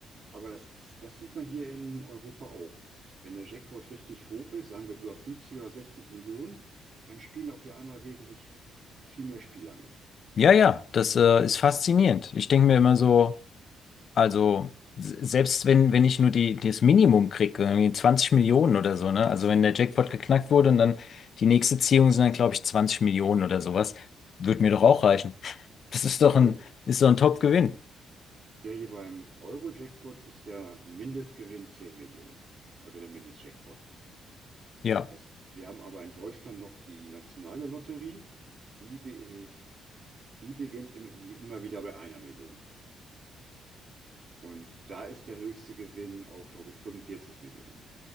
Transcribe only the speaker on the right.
Aber das, das, das sieht man hier in Europa auch. Wenn der Jackpot richtig hoch ist, sagen wir über fünfzig oder sechzig Millionen, dann spielen auch wir einmal wesentlich viel mehr Spieler mit.
Äh,
Ja, hier beim Euro-Jackpot ist ja Mindestgewinn 10 Millionen, also der Mindestjackpot.
Es, wir haben aber in Deutschland noch die nationale Lotterie. Die, be, die beginnt im, wie immer wieder bei einer Million. Und da ist der höchste Gewinn auch, glaube ich, 45 Millionen.